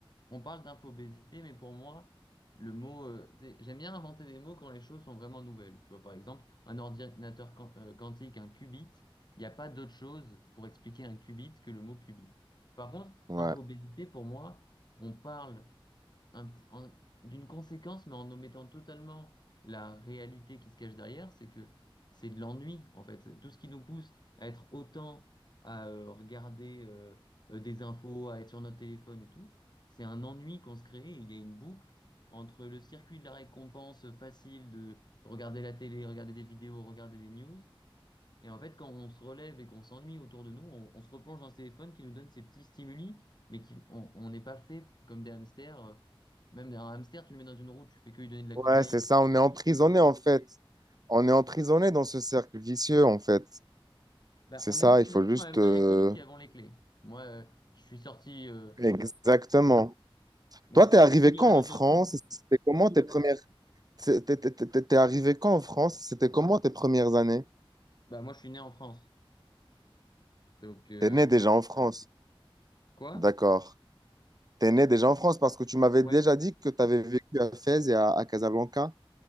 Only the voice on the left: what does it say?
On parle d'infobésité, mais pour moi, le mot, euh, tu sais, j'aime bien inventer des mots quand les choses sont vraiment nouvelles. Tu vois, par exemple, un ordinateur quan- euh, quantique, un qubit, il n'y a pas d'autre chose pour expliquer un qubit que le mot qubit. Par contre,
infobésité, pour moi, on parle un petit- en- d'une conséquence, mais en omettant totalement la réalité qui se cache derrière, c'est que c'est de l'ennui, en fait. Tout ce qui nous pousse à être autant à euh, regarder euh, euh, des infos, à être sur notre téléphone et tout, c'est un ennui qu'on se crée. et Il y a une boucle entre le circuit de la récompense facile de regarder la télé, regarder des vidéos, regarder des news, et en fait, quand on se relève et qu'on s'ennuie autour de nous, on, on se replonge dans ce téléphone qui nous donne ces petits stimuli, mais qui, on on n'est pas fait comme des hamsters. euh, Même un hamster, tu le mets dans une roue, tu fais que lui donner de la cocaïne,
il
avance.
Bah,
on
est emprisonné,
mais en même temps,
il n'y a que nous qui avons les clés. Moi, euh, je suis sorti, euh,
moi,
je suis
sorti
de tous les
réseaux
sociaux. hein.
Bah, moi, je suis né en France. Donc, euh,
tout.
Quoi?
Ouais.